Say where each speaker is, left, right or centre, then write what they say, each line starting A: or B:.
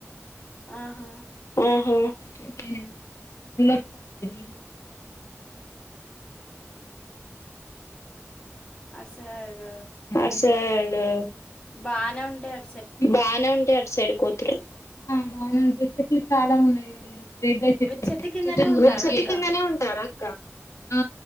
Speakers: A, on the left; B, on the left.
A: ఆహా
B: <inaudible>
A: అటు
B: <unintelligible>
A: సైడ్ బానే ఉంటాయి అ
B: ఇ బాగానే ఉంటాయి అటు సైడ్ కూతురు బాలు చాలా ఉన్నాయి
A: మీరు
B: <unintelligible>
A: చెట్టు కిందనే
B: చెట్టు
A: ఉంటారా అక్క
B: కిందనే ఉంటారా ఆ